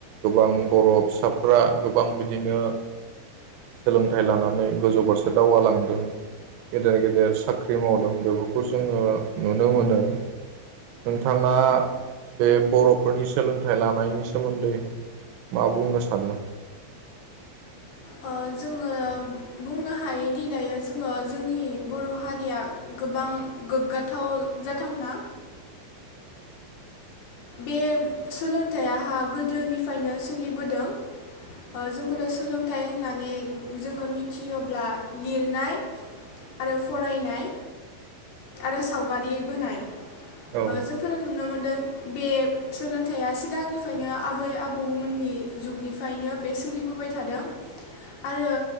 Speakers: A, on the right; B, on the left.
A: गोबां बर' फिसाफ्रा गोबां बिदिनो सोलोंथाइ लानानै गोजौ फारसे दावगालांदों गेदेर गेदेर साख्रि मावदों बेफोरखौ जोङो। नुनो मोनो नोंथाङा
B: ओं
A: बे बर'फोरनि सोलोंथाइ लानायनि सोमोन्दै मा बुंनो सानो?
B: अ जोङो बुंनो हायोदि दायो जोङो जोंनि बर' हारिया गोबां गोग्गाथाव जाथावना बे सोलोंथाइहा गोदोनिफ्रायनो सोलिबोदों जोंफोरो सोलों- थाइ होननानै जोङो मिथियोब्ला लिरनाय आरो फरायनाय आरो सावगारि बोनाय,
A: औ
B: जोंफोर नुनो मोनदों। बे सोलोंथाइया सिगांनिफ्रायनो आबै आबौमोननि जुगनिफ्रायनो बे सोलिबोबाय थादों आरो